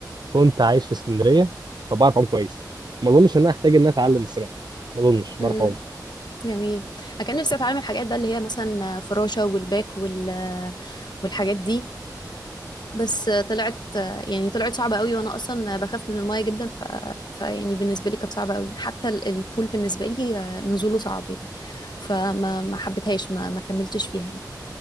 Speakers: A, on the right; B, on the left.
A: كنت عايش في اسكندرية فبعرف اعوم كويس ما اظنش ان انا احتاج ان انا اتعلم السباحة ما اظنش
B: مم.
A: بعرف اعوم
B: جميل أنا كان نفسي أتعلم الحاجات بقى اللي هي مثلا آه، فراشة والباك وال آه، والحاجات دي بس آه، طلعت آه، يعني طلعت صعبة قوي وأنا أصلا آه، بخاف من الماية جدا ف... فيعني بالنسبة لي كانت صعبة قوي حتى ال- البول بالنسبة لي آه، نزوله صعب يعني فما ما حبيتهاش ما ما كملتش فيها يعني.